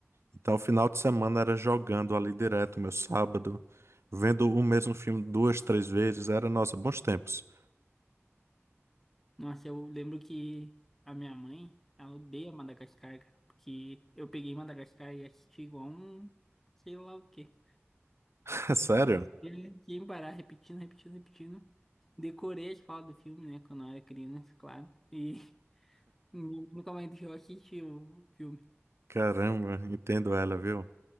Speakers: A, on the right; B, in the centre.
A: Então, o final de semana era jogando ali direto, meu sábado, vendo o mesmo filme duas, três vezes. Era, nossa, bons tempos.
B: Nossa, eu lembro que a minha mãe, ela odeia Madagascar, cara, porque eu peguei Madagascar e assisti igual um, sei lá o quê.
A: <laughs> Sério?
B: Assisti sem parar, repetindo, repetindo, repetindo. Decorei as falas do filme, né, quando eu era criança, claro. E <laughs> nunca mais deixou eu assistir o filme.
A: Caramba, entendo ela, viu?